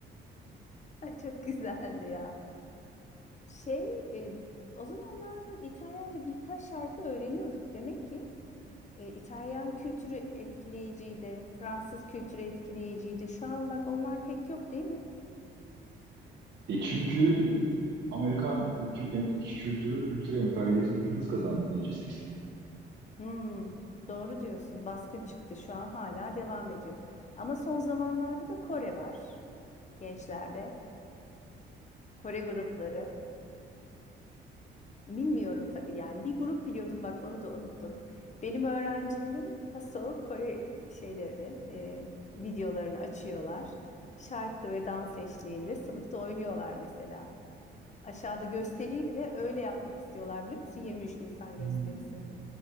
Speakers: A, on the left; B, on the right.
A: Çok güzeldi ya. Şey, e, o zamanlar İtalyanca birkaç şarkı öğreniyorduk. Demek ki e, İtalyan kültürü etkileyiciydi, Fransız kültürü etkileyiciydi. Şu an bak onlar pek yok değil mi?
B: E çünkü e, Amerikan e, kü- e, kültürü, kültür emperyalizmi hız kazandı iyice 80'lerde.
A: Hmm, doğru diyorsun. Baskın çıktı. Şu an hala devam ediyor. Ama son zamanlarda da Kore var gençlerde. Kore grupları. Bilmiyorum tabii yani. Bir grup biliyordum bak onu da unuttum. Benim öğrencilerim Paso Kore şeylerini, e, videolarını açıyorlar. Şarkı ve dans eşliğinde sınıfta oynuyorlar mesela. Aşağıda gösteriyi bile öyle yapmak istiyorlar biliyor musun? 23 Nisan gösterisini.
B: Hmm.